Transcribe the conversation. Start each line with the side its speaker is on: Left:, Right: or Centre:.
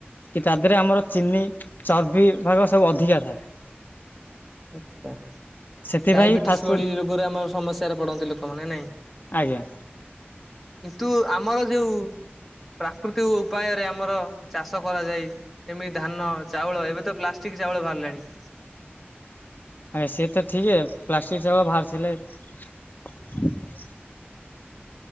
Left: କି ତା ଦେହରେ ଆମର ଚିନି, ଚର୍ବି ଭାଗ ସବୁ ଅଧିକା ଥାଏ।
Centre: ଆଚ୍ଛା
Left: ସେଥିପାଇଁ
Centre: ଡାଇବେଟିସ୍
Left: ଫାଷ୍ଟଫୁଡ଼୍
Centre: ଭଳି ରୋଗରେ ଆମ ସମସ୍ୟାରେ ପଡନ୍ତି ଲୋକମାନେ ନାଇଁ?
Left: ଆଜ୍ଞା।
Centre: କିନ୍ତୁ ଆମର ଯୋଉ ପ୍ରାକୃତିକ ଉପାୟରେ ଆମର ଚାଷ କରାଯାଏ। ଯେମିତି ଧାନ ଚାଉଳ, ଏବେ ତ ପ୍ଲାଷ୍ଟିକ ଚାଉଳ ବାହାରିଲାଣି।
Left: ଆଜ୍ଞା। ସେ ଠିକି ପ୍ଲାଷ୍ଟିକ ଚାଉଳ ଭାରିଚି ହେଲେ